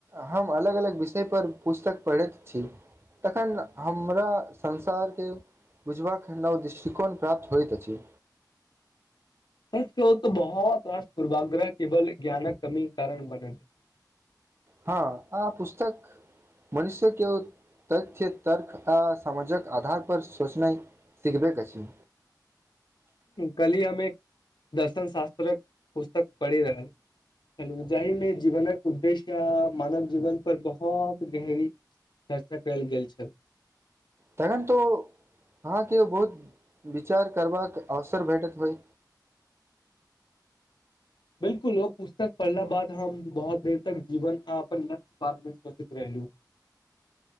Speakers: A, on the right; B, on the left.
A: हम अलग- अलग विषय। पर पुस्तक पढ़ैत छी तखन हमरा संसार के बुझबाक नवदिष्टि। प्राप्त होइत अछि।
B: सच कह त बहुत वर्ष पूर्वाग्रह केवल ज्ञानक कमी कारण बने छै।
A: हँ आ पुस्तक मनुष्य के तथ्य। तर्क आ समामाजके आधार। पर सोचनाइ सिखबै अछि।
B: कली हम एक दर्शन शास्त्रक पुस्तक पढ़ि रहल छल जाहिमे जीवनक उद्देश्य। मानव जीवन पर बहुत। गहरी चर्चा कल गेल छल।
A: तखन तो अहाँके बहुत विचार करबाक आवश। असर भेटैत होइ।
B: बिलकुल ओ पुस्तक पढ़ला बाद हम बहुत देर तक जीवन आ अपन लक्ष्य पात मे सुरचित रहलू।